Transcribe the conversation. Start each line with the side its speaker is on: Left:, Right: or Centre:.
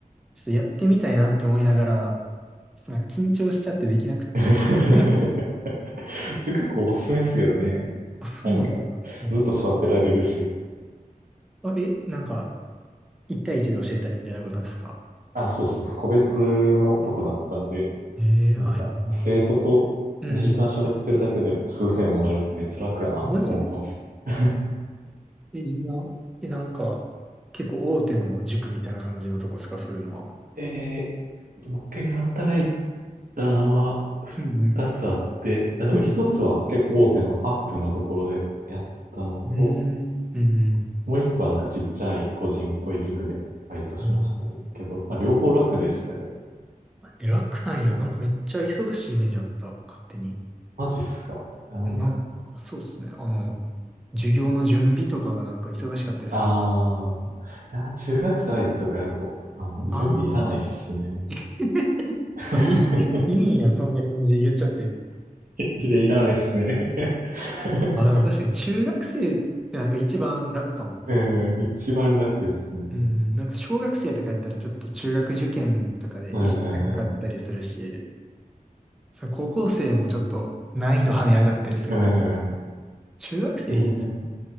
Centre: ちょっとやってみたいなって思いながら、ちょっとなんか緊張しちゃってできなくて。
Right: <laughs>
Centre: <laughs>
Right: 塾講おすすめですけどね。
Centre: あ、そうなのえっと、
Right: なんか、ずっと座ってられるし。
Centre: あ、え、なんか、一対一で教えたりみたいなことですか
Right: あ、そうそうそう、個別のとこだったんで、
Centre: ええー、
Right: なんか、
Centre: あ、いいな。
Right: 生徒と2時間喋ってるだけで数千円もらえるってめっちゃ楽やなって思ってました。
Centre: うん。マジでえ、いいな。え、なんか、結構大手の塾みたいな感じのとこですかそういうのは。
Right: <laughs> えー、僕が働いたのは2つあって、
Centre: うんうん。
Right: あ、でも1つは結構大手のアップのところでやったのと、
Centre: うん。うん。うんうん。
Right: もう1個はなんかちっちゃい個人っぽい塾でバイトしましたけど、
Centre: うん
Right: まあ両方楽でしたよ。
Centre: え、楽なんや。なんかめっちゃ忙しいイメージあった。勝手に。
Right: マジっすか。なんか、
Centre: なんか、そうっすね。あの、授業の準備とかがなんか忙しかったりする。
Right: ああ、いや、中学生相手とかやと、あの、
Centre: ああ、
Right: 準備いらないっすね。
Centre: <laughs>
Right: <laughs>
Centre: あ、いい、いいんや。そんな感じで言っちゃって。
Right: いや、いらないっすね。<laughs>
Centre: あ、でも確かに中学生ってなんか一番楽かも。
Right: うん、一番楽っすね。
Centre: うん、なんか小学生とかやったらちょっと中学受験とかで意識高かったりするし、
Right: うん、
Centre: そう、高校生もちょっと難易度跳ね上がったりするから。
Right: うん、
Centre: 中学生いいっすよ。
Right: 全然、